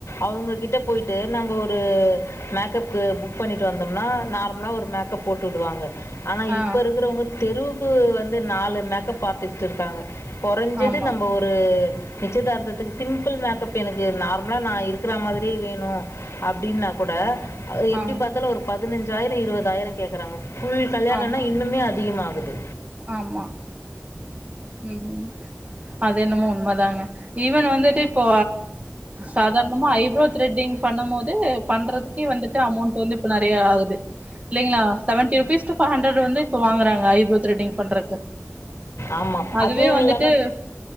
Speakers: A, on the left (about 70°); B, on the right (about 30°).
A: அவுங்ககிட்டே போயி்ட்டு நம்ப ஒரு மேக்கப்கு புக் பண்ணிட்டு வந்தம்னா நார்ம்லா ஒரு மேக்கப் போட்டு விடுவாங்க ஆனா
B: ஆ
A: இப்ப இருகறவுங்கத் தெருவுக்கு வந்து நாலு மேக்கப் ஆர்டிஸ்ட் இருக்காங்க கொறஞ்சது
B: ஆமா
A: நம்ம ஒரு ஒரு நிச்சயதார்த்துக்கு சிம்பிள் மேக்கப் எனக்கு நார்மலா நா இருக்கிற மாதிரியே வேணு அப்டின்னாக் கூட எப்டி
B: ஆ
A: பாத்தாலு ஒரு பதினஞ்சாயிரோ இருவதாயிரோ கேக்கறாங்க. ஃபுல் கல்யாணனா
B: ஆமா
A: இன்னுமே அதிகமாகுது
B: ஆமா ம் அது என்னமோ உண்மதாங்க ஈவன் வந்துட்டு இப்போ சாதாரணமா ஐப்ரோ த்ரெட்டிங் பண்ணம்மோது பண்றதுக்கே வந்துட்டு அமௌண்ட் வந்து இப்ப நெறைய ஆகுது இல்லைங்களா seventy rupees to five hundred வந்து இப்ப வாங்கறாங்க ஐப்ரோவ் திரெட்டிங் பண்றக்கு
A: ஆமா
B: அதுவே
A: அதுவு
B: வந்துட்டு
A: இல்லாம